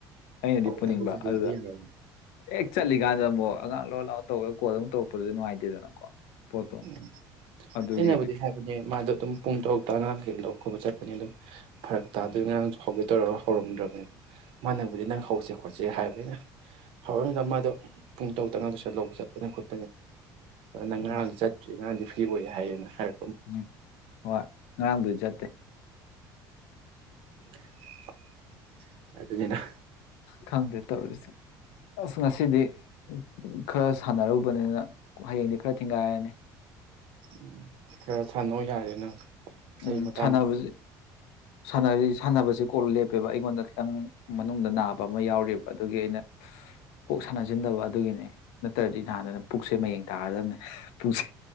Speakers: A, on the left; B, on the right.
A: ꯑꯩꯅꯗꯤ
B: ꯍꯧꯅ
A: ꯄꯨꯅꯤꯡꯕ
B: ꯍꯧꯖꯤꯜꯂꯗꯤ
A: ꯑꯗꯨꯗ
B: ꯌꯥꯔꯣꯏ
A: ꯍꯦꯛ ꯆꯠꯂꯤꯀꯥꯟꯗ ꯑꯃꯨꯛ ꯑꯉꯥꯡ ꯂꯣꯟ ꯂꯥꯛꯑꯣ ꯇꯧꯕꯒ ꯀꯣꯜ ꯑꯃꯨ ꯇꯧꯔꯛꯄꯗꯨꯗꯤ ꯅꯨꯡꯉꯥꯏꯇꯦꯗꯅꯀꯣ ꯄꯣꯠꯇꯣ
B: ꯎꯝ
A: ꯑꯗꯨꯒꯤ
B: ꯑꯩꯅꯕꯨꯗꯤ ꯍꯥꯏꯕꯅꯦ ꯃꯥꯗꯣ ꯑꯗꯨꯝ ꯄꯨꯡ ꯇꯔꯨꯛ ꯍꯞꯇꯥ ꯑꯥꯡ ꯀꯩ ꯂꯧ ꯈꯣꯠꯄ ꯆꯠꯄꯅꯤ ꯑꯗꯨꯝ ꯐꯔꯛ ꯇꯥꯗꯣꯏꯒꯤ ꯑꯉꯥꯡꯁꯨ ꯍꯧꯒꯦ ꯇꯧꯔꯒ ꯍꯧꯔꯝꯗ꯭ꯔꯕꯅꯤꯗ ꯃꯥ ꯅꯪꯕꯨꯗꯤ ꯅꯪ ꯍꯧꯁꯦ ꯈꯣꯠꯁꯦ ꯍꯥꯏꯕꯅꯤꯅ ꯍꯧꯔꯅꯨꯗ ꯃꯥꯗꯣ ꯄꯨꯡ ꯇꯔꯨꯛꯇ ꯑꯉꯥꯡ ꯇꯨꯁꯟ ꯂꯧꯕ ꯆꯠꯄꯅ <unintelligible> ꯑ ꯅꯪ
A: ꯎꯝ
B: ꯉꯔꯥꯡ <unintelligible> ꯒꯥꯟꯗꯤ ꯐꯤ ꯑꯣꯏ ꯍꯥꯏꯌꯦꯅ ꯍꯥꯏ
A: ꯎꯝ ꯍꯣꯏ ꯉꯔꯥꯡꯗꯨꯁꯨ ꯆꯠꯇꯦ
B: <unintelligible> <unintelligible> ꯑꯗꯨꯅꯤꯗ
A: ꯈꯪꯗꯦ ꯇꯧꯔꯤꯁꯦ ꯑꯁ ꯉꯁꯤꯗꯤ ꯈꯔ ꯁꯥꯟꯅꯔꯨꯕꯅꯤꯅ ꯍꯌꯦꯡꯗꯤ ꯈꯔ ꯊꯤꯡꯒꯥꯏꯔꯅꯤ
B: ꯎꯝ ꯈꯔ ꯁꯥꯟꯅꯧ ꯌꯥꯔꯦ ꯅꯪ ꯆꯍꯤ
A: ꯎꯝ
B: ꯃꯇꯥꯡꯗꯨꯗ
A: ꯁꯥꯟꯅꯕꯁꯦ ꯁꯥꯟꯅꯔꯤ ꯁꯥꯟꯅꯕꯁ‌ꯦ ꯀꯣꯛ ꯂꯦꯞꯄꯦꯕ ꯑꯩꯉꯣꯟꯗ ꯈꯤꯇꯪ ꯃꯅꯨꯡꯗ ꯅꯥꯕ ꯑꯃ ꯌꯥꯎꯔꯤꯌ‌ꯦꯕ ꯑꯗꯨꯒꯤ ꯑꯩꯅ ꯀꯣꯛ ꯁꯥꯟꯅꯁꯤꯟꯗꯕ ꯑꯗꯨꯒꯤꯅꯤ ꯅꯠꯇ꯭ꯔꯗꯤ ꯅꯍꯥꯟꯗꯅ ꯄꯨꯛꯁꯦ ꯃꯌꯦꯡ ꯇꯥꯒꯗꯕꯅꯦ ꯄꯨꯁꯦ